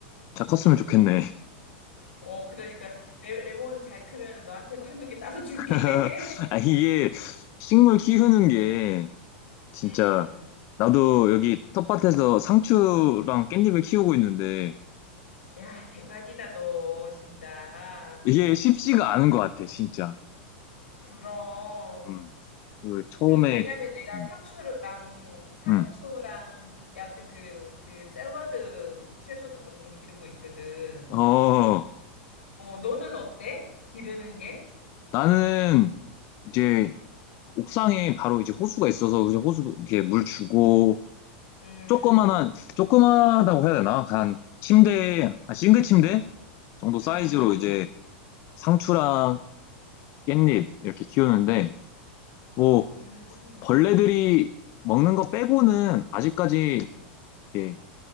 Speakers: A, on the left; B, on the left.
A: 잘 컸으면 좋겠네.
B: 어, 그러니까 레, 레몬 잘 크면은 너한테도 한두 개 따서 줄게.
A: <laughs>
B: <laughs>
A: 아, 이게 식물 키우는 게 진짜
B: 음.
A: 나도 여기 텃밭에서 상추랑 깻잎을 키우고 있는데
B: 야, 대박이다, 너, 진짜.
A: 이게 쉽지가 않은 것 같아, 진짜.
B: 그럼,
A: 음, 그 처음에,
B: 그, 왜냐면 내가
A: 음,
B: 상추랑, 상추랑,
A: 음.
B: 여하튼 그, 그, 샐러드 채소도 조금 기르고 있거든.
A: 어,
B: 어, 너는 어때? 기르는 게?
A: 나는 이제 옥상에 바로 이제 호수가 있어서 이제 호수 이렇게 물 주고
B: 음,
A: 조그만한 조그만하다고 해야 되나? 한 침대 한 싱글 침대 정도 사이즈로
B: 음,
A: 이제 상추랑 깻잎 이렇게 키우는데 뭐
B: 음,
A: 벌레들이 먹는 거 빼고는 아직까지
B: 음.
A: 이렇게